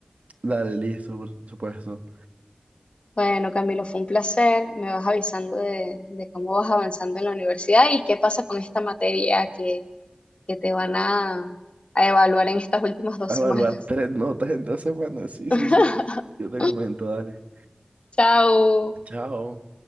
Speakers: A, on the right; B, on the left.
A: Dale, listo, por supuesto.
B: Bueno, Camilo, fue un placer. Me vas avisando de, de cómo vas avanzando en la universidad y qué pasa con esta materia que, que te van a, a evaluar en estas últimas dos
A: a evaluar
B: semanas.
A: tres notas entonces, bueno, sí,
B: <laughs>
A: sí, sí. Yo te comento, dale.
B: Chao.
A: Chao.